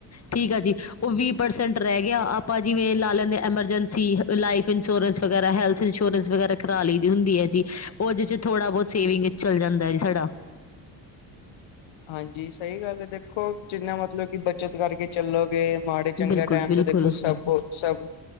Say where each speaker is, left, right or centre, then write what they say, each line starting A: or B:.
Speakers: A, on the left; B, on the left.
A: ਠੀਕ ਆ ਜੀ। ਉਹ ਵੀਹ ਪਰਸੈਂਟ ਰਹਿ ਗਿਆ ਆਪਾਂ ਜਿਵੇਂ ਲਾ ਲੈਂਨੇ ਐਮਰਜੈਂਸੀ ਲਾਈਫ ਇੰਸ਼ੋਰੈਂਸ। ਵਗੈਰਾ, ਹੈਲਥ ਇੰਸ਼ੋਰੈਂਸ ਵਗੈਰਾ। ਕਰਾ ਲਈ ਦੀ ਹੁੰਦੀ ਐ ਜੀ, ਉਹਦੇ 'ਚ ਥੋੜ੍ਹਾ ਬਹੁਤ ਸੇਵਿੰਗ ਚੱਲ ਜਾਂਦਾ ਐ ਜੀ ਸਾਡਾ।
B: ਹਾਂਜੀ ਸਹੀ ਗੱਲ ਐ, ਦੇਖੋ ਜਿੰਨਾ ਮਤਲਬ ਕਿ ਬੱਚਤ ਕਰਕੇ ਚੱਲੋਗੇ। ਮਾੜੇ-ਚੰਗੇਗਾ
A: ਬਿਲਕੁਲ
B: ਟਾਈਮ
A: ਬਿਲਕੁਲ
B: ਤੋਂ ਦੇਖੋ ਸਭ, ਸਭ,